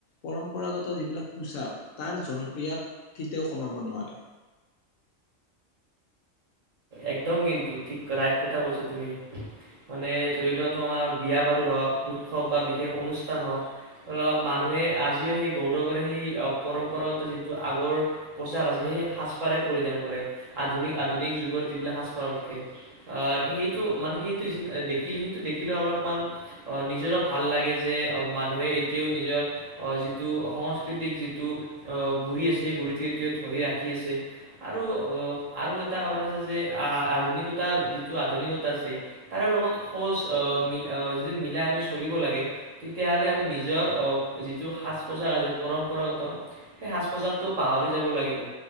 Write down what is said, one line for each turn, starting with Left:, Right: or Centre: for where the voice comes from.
Left: পৰম্পৰাগত যিবিলাক- পোচাক তাৰ জনপ্ৰিয়া কেতিয়াওঁ কমাব নোৱাৰে।
Right: একদম কিন্তু ঠিক ৰাইত কথা কৈছা তুমি। মানে ধৰি লোৱাটো তোমাৰ বিয়া বাৰু হওঁক উৎসৱ বা বিশেষ অনুষ্ঠান হওঁক। ধৰ মানুহে আজিও সেই গৌৰৱৰে সেই পৰম্পৰাগত যিটো আগৰ- পুচাক আছে সেই সাজপাৰেই পৰিধান কৰে, আধুনিক আধুনিক যুগৰ যিবিলাক সাজপাৰতকে। আহ, সেইটো মানে সেইটো দেখিলে সেইটো দেখিলে অলপমান আহ, নিজৰো ভাল লাগে যে মানুহে এতিয়াও নিজৰ আহ, যিটো সংস্কৃতিক যিটো আহ, গুৰি আছে সেই গুৰিটো এতিয়াও ধৰি ৰাখি আছে। আৰু আৰু এটা কাৰণ আছে যে আধুনিকতাৰ যিটো আধুনিকতা আছে তাৰে লগত খোজ অ' যদি অ' মিলাই আমি চলিব লাগে তেতিয়াহ'লে আমি নিজৰ যিটো অ' সাজপোছাক আছে পৰম্পৰাগত সেই সাজপোছাকটো পাহৰি যাব লাগিব